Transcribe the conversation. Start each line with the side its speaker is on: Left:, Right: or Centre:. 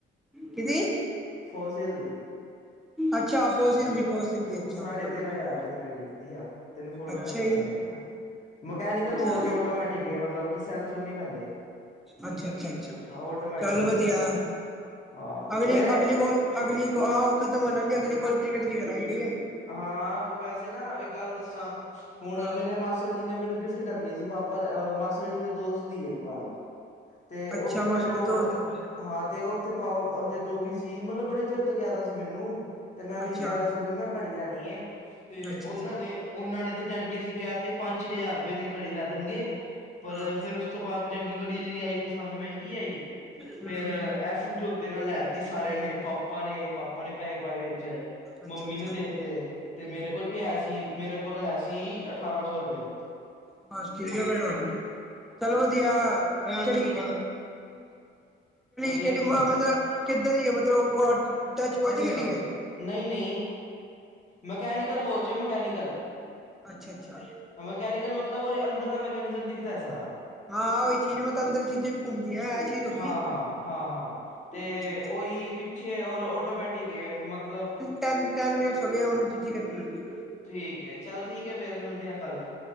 Centre: ਕਿਦੀ?
Left: ਫੋਜ਼ਿਲ ਦੀ।
Centre: ਅੱਛਾ ਫੋਜ਼ਿਲ ਦੀ ਫੋਜ਼ਿਲ
Left: ਅਹ
Centre: ਦੀ ਅੱਛਾ
Left: ਸਾਢੇ
Centre: ਓਕੇ, ਓਕੇ।
Left: <unintelligible> ਦੀ ਘੜੀ ਲਿੱਤੀ ਆ ਤੈਨੂੰ ਫੋਟੋ
Centre: ਅੱਛਾ
Left: ਭੇਜਦਾ
Centre: ਜੀ
Left: ਹੁਣੇ, ਮਕੈਨੀਕਲ ਵੋਚ
Centre: ਚੱਲ
Left: ਏ ਆਟੋਮੈਟਿਕ। ਕਿ ਮਤਲਬ ਕਿ ਸੈਲ ਸੁਲ ਨੀ ਪੈਂਦੇ
Centre: ਅੱਛਾ ਅੱਛਾ ਅੱਛਾ,
Left: ਹਾਂ ਆਟੋਮੈਟਿਕ
Centre: ਚੱਲ
Left: ਏ ਬਿਲਕੁਲ
Centre: ਵਧੀਆ।
Left: ਹਾਂ
Centre: ਅਗਲੀ
Left: ਓਏ
Centre: ਅਗਲੀ ਕੋਲ, ਅਗਲੀ ਆਹ ਉਹ ਖ਼ਤਮ ਹੋਣ ਆਲੀ ਆ, ਅਗਲੀ ਕੋਲ ਕ੍ਰਿਕਟ ਦੀ ਕਰਾਂਗੇ। ਠੀਕ ਐ।
Left: ਹਾਂ ਵੈਸੇ ਨਾ ਇੱਕ ਗੱਲ ਦੱਸਾਂ ਹੁਣ
Centre: ਹਾਂ
Left: ਮੇਰੇ ਮਾਸੜ ਜੀ ਨੇ ਮੈਨੂੰ ਗਿਫਟ ਕਰਨੀ ਸੀ ਪਾਪਾ ਅ ਮਾਸੜ ਜੀ ਦੇ ਦੋਸਤ ਦੀ ਐ ਦੁਕਾਨ। ਤੇ
Centre: ਅੱਛਾ
Left: ਉੱਥੇ
Centre: ਮਾਸੜ
Left: ਜਦੋਂ
Centre: ਦੋਸਤ
Left: ਹਾਂ ਤੇ ਉੱਥੇ ਪਾ ਓ ਜੋ ਵੀ ਸੀ, ਮਤਲਬ ਬੜੇ ਚਿਰ ਤੋਂ ਕਿਆ ਦਾ ਸੀ ਮੈਨੂੰ। ਤੇ ਮੈਂ ਵੀ
Centre: ਅੱਛਾ
Left: ਕਿਹ ਰਿਆ ਸੀ ਵੀ ਮੈਂ ਘੜੀ ਲੈਣੀ ਐ ਤੇ
Centre: ਅੱਛਾ
Left: ਉਹਨਾਂ
Centre: ਅੱਛਾ
Left: ਨੇ ਤੇ ਉਹਨਾਂ ਨੇ ਤੇ ਜਾਣੀ ਕਿ ਅਸੀਂ ਕੈ ਤੇ ਪੰਜ-ਛੇ ਹਜ਼ਾਰ ਰੁਪਏ ਦੀ ਘੜੀ ਲੈ ਦੇਣਗੇ ਪਰ
Centre: ਹਾਂ
Left: ਫੇਰ ਉਸ ਤੋਂ ਬਾਅਦ ਜਾਣੇ ਕੇ ਘੜੀ ਜਿਹੜੀ ਆਈ ਪਸੰਦ ਮਹਿੰਗੀ ਆਈ
Centre: ਹਮ
Left: ਫੇਰ ਇਹ ਸਮਝੌ ਤੇ ਉਨੇ ਲੈਤੀ ਸਾਰਿਆਂ ਨੇ ਪਾਪਾ ਨੇ ਪਾਪਾ ਨੇ ਪੈਸੇ ਪਾਏ ਵਿੱਚ
Centre: ਅੱਛਾ-ਅੱਛਾ,
Left: ਮੰਮੀ ਨੇ ਦੇ ਤੇ ਤੇ ਮੇਰੇ ਕੋਲ ਵੀ ਹੈ ਸੀ ਮੇਰੇ ਕੋਲ ਹੈ ਸੀ ਅਠਾਰਾਂ ਸੌ ਰੁਪਏ।
Centre: ਬਸ ਠੀਕ ਆ ਫੇਰ ਹੋਰ ਕੀ ਏ। ਚੱਲ ਵਧੀਆ ਕਿਹੜੀ
Left: ਵਧੀਆ
Centre: -ਕਿਹੜੀ
Left: ਚੀਜ਼
Centre: ਮਤਲਬ
Left: ਆ ਗਈ
Centre: ਕਿੱਦਾਂ ਦੀ ਹੈ ਮਤਲਬ ਅ ਟੱਚ ਵੱਧ ਜੀ ਐ?
Left: ਨਈ ਨਈ। ਮਕੈਨੀਕਲ ਵੋਚ ਏ ਮਕੈਨੀਕਲ
Centre: ਅੱਛਾ-ਅੱਛਾ,
Left: -ਮਕੈਨੀਕਲ ਮਤਲਬ ਓਦੇ ਅੰਦਰ ਦਾ ਉਸ ਅੰਦਰ ਦਿਖਦਾ ਹੈ ਸਾਰਾ।
Centre: ਹਾਂ ਓਹੀ ਚੀਜ਼ ਮੈਂ ਤਾਂ ਅੰਦਰ ਚੀਜ਼ੇ ਵੀ ਘੁੰਮਦੀ ਐ ਇਹ ਚੀਜ਼ ਹੋ ਗਈ।
Left: ਹਾਂ ਹਾਂ ਹਾਂ ਹਾਂ। ਤੇ
Centre: ਅੱਛਾ-ਅੱਛਾ,
Left: ਓਹੀ ਪਿੱਛੇ ਔਰ ਓਟੋਮੈਟਿਕ ਐ ਮਤਲਬ
Centre: ਤੇਂ ਤੈਨ ਮਿੰਟਸ ਹੋ ਗਏ ਹੁਣ ਦੂਜੀੇ ਕਰਨੀ ਐ।
Left: ਠੀਕ ਏ ਚੱਲ ਠੀਕ ਹੈ ਫੇਰ ਮਿਲਦੇ ਆ ਕੱਲ